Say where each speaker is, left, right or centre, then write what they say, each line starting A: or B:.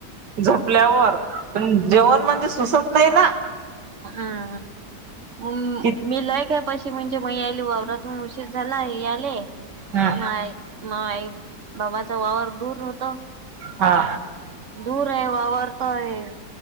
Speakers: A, on the right; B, on the right.
A: झोपल्यावर पण जेवण म्हणजे सुसत नाही ना.
B: हां. म
A: कि
B: मी लय कायपाशी म्हणजे मग याली वावरातून उशीर झाला हे आले.
A: ह
B: माय माय बाबाचं वावर दूर राहतं.
A: हा.
B: दूर आहे वावरतय